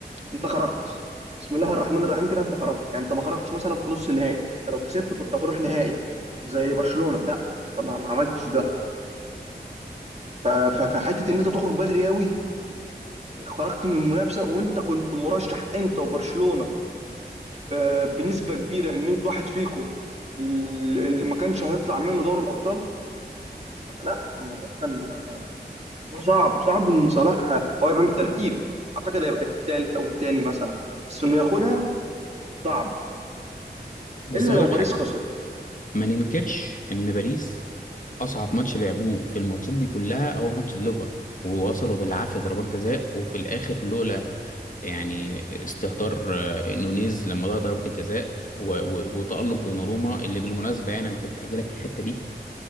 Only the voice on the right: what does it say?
انت خرجت بسم الله الرحمن الرحيم كده انت خرجت يعني انت ما خرجتش مثلا في نص النهائي انت لو كسبت كنت هتروح نهائي زي برشلونه لا طبعا ما عملتش ده ف- ف- فحته ان انت تخرج بدري قوي خرجت من المنافسه وانت كنت مرشح انت وبرشلونه آه، بنسبه كبيره ان انت واحد فيكم اللي ما كانش هيطلع منه دوري الابطال لا الموضوع كان موضوع صعب صعب ان صلاح هو يبقى من الترتيب اعتقد هيبقى الثالث او الثاني مثلا بس انه ياخدها صعب
الا
لو
باريس
خسر